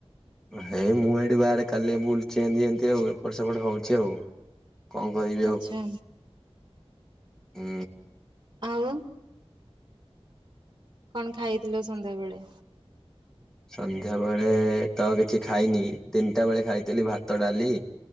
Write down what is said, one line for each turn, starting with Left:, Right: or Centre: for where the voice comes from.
Centre: ହେଇ ମୁଁ ଏଇଠି ବାହାରେ କାଲି ବୁଲୁଛି ଏତି ଏତି ଆଉ ଏପଟ ସେପଟ ହଉଛି ଆଉ। କଣ କରିବି
Right: ଆଚ୍ଛା
Centre: ଆଉ। ହୁଁ।
Right: ଆଉ କଣ ଖାଇଥିଲ ସନ୍ଧ୍ୟାବେଳେ।
Centre: ସନ୍ଧ୍ୟା ବେଳେ ତ କିଛି ଖାଇନି ତିନିଟା ବେଳେ ଖାଇଥିଲି ଭାତ ଡାଲି।